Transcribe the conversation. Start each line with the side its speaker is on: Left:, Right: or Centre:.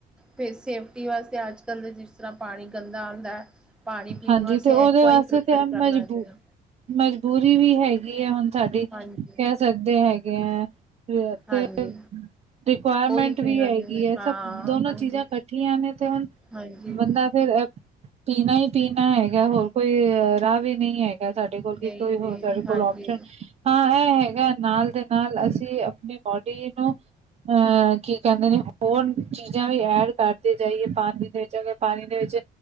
Centre: ਫਿਰ ਸੇਫਟੀ ਵਾਸਤੇ ਅੱਜ ਕੱਲ੍ਹ ਦਾ ਜਿਸ ਤਰ੍ਹਾਂ ਪਾਣੀ ਗੰਦਾ ਆਉਦੈ ਐ ਪਾਣੀ ਪੀਣ
Right: ਹਾਂਜੀ
Centre: ਵਾਸਤੇ
Right: ਤੇ ਉਹਦੇ
Centre: ੲਕਵਾ
Right: ਵਾਸਤੇ
Centre: ਹੀ ਪ੍ਰੈਫਰ
Right: ਤੇ
Centre: ਕਰਨਾ
Right: ਮਜਬੂਰ
Centre: ਚਾਹੀਦਾ।
Right: ਮਜਬੂਰੀ ਵੀ ਹੈਗੀ ਹੈ ਹੁਣ ਸਾਡੀ,
Centre: ਹਾਂਜੀ
Right: ਕਹਿ ਸਕਦੇ ਹੈਗੇ ਹੈ, ਤੇ
Centre: ਹਾਂਜੀ
Right: ਰਿਕੁਆਇਰਮੈਂਟ
Centre: ਉਹੀ ਪੀਣਾ
Right: ਵੀ ਹੈਗੀ
Centre: ਚਾਹੀਦਾ
Right: ਐ।
Centre: ਹਾਂ
Right: ਸਭ ਦੋਨੋ
Centre: ਹਾਂਜੀ
Right: ਚੀਜ਼ਾਂ, ਇਕੱਠੀਆਂ ਨੇ ਤੇ, ਹੁਣ।
Centre: ਹਾਂਜੀ
Right: ਬੰਦਾ ਫੇਰ ਪੀਣਾ ਹੀ ਪੀਣਾ ਹੈਗਾ। ਹੋਰ ਕੋਈ, ਰਾਹ ਵੀ ਨਹੀਂ ਹੈਗ ਸਾਡੇ ਕੋਲ ਕੀ
Centre: ਨਹੀਂ
Right: ਕੋਈ ਹੋਰ
Centre: ਨਹੀਂ
Right: ਸਾਡੇ ਕੋਲ
Centre: ਹਾਂਜੀ
Right: ਓਪਸ਼ਨ, ਹਾਂ ਇਹ ਹੈਗੈ ਨਾਲ ਦੇ ਨਾਲ ਅਸੀਂ ਆਪਣੀ ਬੋਡੀ ਨੂੰ, ਅਹ ਕੀ ਕਹਿੰਦੇ ਨੇ ਹੋਰ ਚੀਜ਼ਾਂ ਵੀ ਐਡ ਕਰਦੇ ਜਾਈਏ ਪਾਣੀ ਦੇ ਵਿੱਚ ਅਗਰ ਪਾਣੀ ਦੇ ਵਿੱਚ